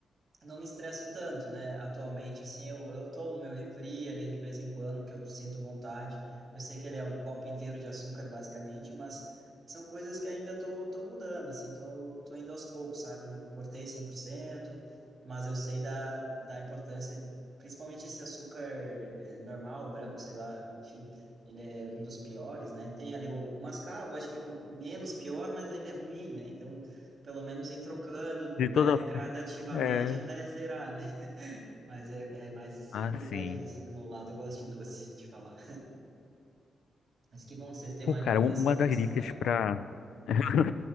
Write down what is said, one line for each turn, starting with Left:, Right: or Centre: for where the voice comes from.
Right: não me estresso tanto, né? Atualmente, assim, eu, eu tomo meu refri ali de vez em quando, que eu sinto vontade. Eu sei que ele é um copo inteiro de açúcar, basicamente, mas são coisas que ainda tô, tô mudando, assim, tô, tô indo aos poucos, sabe? Não cortei 100%, mas eu sei da, da importância, principalmente esse açúcar eh, normal, branco, sei lá, enfim, ele é um dos piores, né? Tem ali o, o mascavo, acho que é o menos pior, mas ainda é ruim, né? Então, pelo menos ir trocando,
Left: De
Right: né,
Left: toda
Right: gradativamente
Left: forma, É.
Right: até zerar, né? Mas é, é mais
Left: assim.
Right: complicadinho, assim, do meu lado eu gosto de doce, te falar. Mas que bom que vocês têm
Left: Pô,
Right: uma
Left: cara,
Right: alimentação
Left: u- uma
Right: mais
Left: das
Right: saudável.
Left: dicas para <laughs>
Right: Hum,